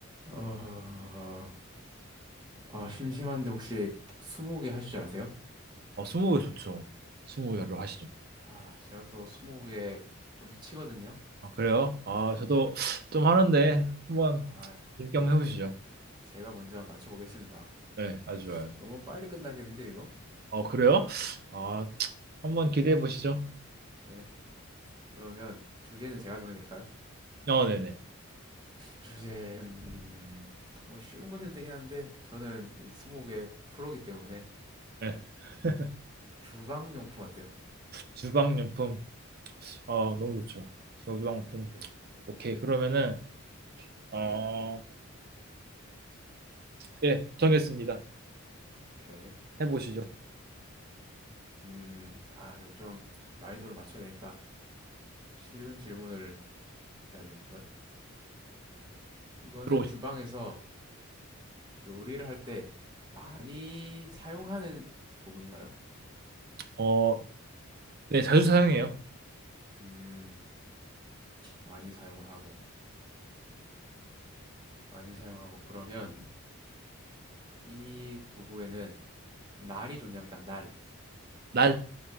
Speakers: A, on the right (about 20°); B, on the right (about 45°).
A: 어, 아, 심심한데 혹시 스무고개 하실 줄 아세요?
B: 어, 스무고개 좋죠. 스무고개로 하시죠.
A: 아, 제가 또 스무고개 좀 치거든요.
B: 아, 그래요? 아, 저도 좀 하는데 한번
A: 아,
B: 재밌게 한번 해보시죠.
A: 오케이. 제가 먼저 맞춰보겠습니다.
B: 네, 아주 좋아요.
A: 너무 빨리 끝나겠는데, 이거?
B: 어, 그래요? 아, 한번 기대해 보시죠.
A: 네. 그러면 주제는 제가 정해도 될까요?
B: 어, 네네.
A: 주제, 음, 뭐 쉬운 거 해도 되긴 한데, 저는 이 스무고개 프로기 때문에
B: 네. <laughs>
A: 주방용품 어때요?
B: 주방용품. 아, 너무 좋죠. 주방용품.
A: 오케이.
B: 오케이. 그러면은 어,
A: 네,
B: 네, 정했습니다.
A: 오케이.
B: 해보시죠.
A: 음, 아, 이거 좀 난이도를 맞춰야 되니까 쉬운 질문을 해야겠는걸? 이거는
B: 들어오시죠.
A: 주방에서 요리를 할 때 많이 사용하는 도구인가요?
B: 어, 네, 자주 사용해요.
A: 음, 많이 사용을 하고, 많이 사용하고, 그러면 이 도구에는 날이 존재합니까? 날.
B: 날,